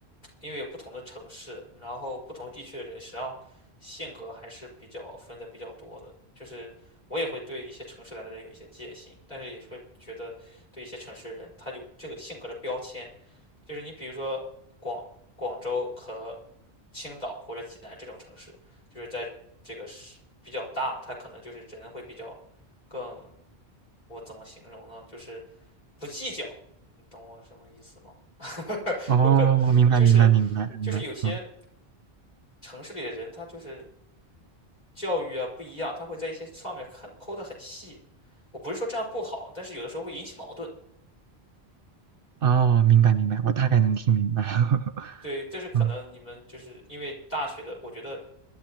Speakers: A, on the left; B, on the right.
A: 因为有不同的城市，然后不同地区的人，实际上性格还是比较分的比较多的。就是我也会对一些城市来的人有一些戒心，但是也会觉得对一些城市的人，他有这个性格的标签。就是你比如说广广州和青岛或者济南这种城市，就是在这个是比较大，他可能就是人会比较更，我怎么形容呢？就是不计较，你懂我什么意思吗？
B: 哦，
A: 我可能就是
B: 明白明白明白明白，
A: 就是有些
B: 嗯，
A: 城市里的人，他就是教育啊不一样，他会在一些方面看抠得很细。我不是说这样不好，但是有的时候会引起矛盾。
B: 哦，明白明白，我大概能听明白。<laughs>
A: 对，但是可能你们就是因为大学的，
B: 嗯，
A: 我觉得